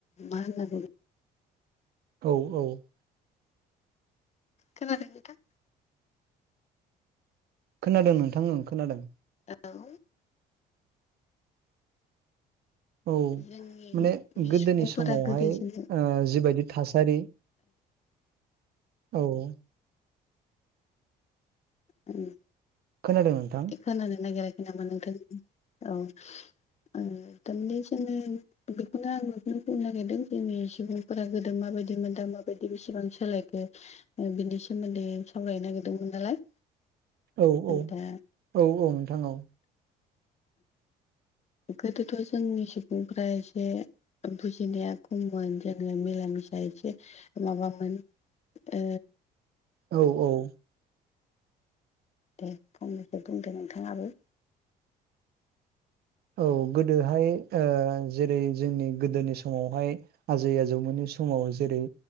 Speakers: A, on the left; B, on the right.
A: मा होन्ना बुंगोन?
B: औ औ।
A: खोनादों नोंथां।
B: खोनादों नोंथां ओं खोनादों।
A: औ।
B: औ
A: जोंनि
B: माने गोदोनि
A: सुबुंफोरा
B: समावहाय
A: गोदो
B: ओ
A: जोङो
B: जिबायदि थासारि। औ।
A: उम।
B: खोनादों नोंथां।
A: खोनानो नागिराखै नामा नोंथां औ ओ <unintelligible> बेखौनो आं नोंथांनो बुंनो नागिरदों जोंनि सुबुंफोरा गोदो माबायदि मोन दा माबायदि बेसेबां सोलायखो। बिनि सोमोन्दै सावरायनो नागिरदोंमोन नालाय।
B: औ औ औ
A: दा
B: औ नोंथां औ।
A: गोदोथ' जोंनि सुबुंफ्रा एसे। बुजिनाया खममोन <unintelligible> मीला मिसा एसे माबामोन ओ
B: औ औ
A: दे फंनैसो बुंदो नोंथाङाबो
B: औ गोदोहाय ओ जेरै जोंनि गोदोनि समावहाय आजै आजौ मोननि समाव जेरै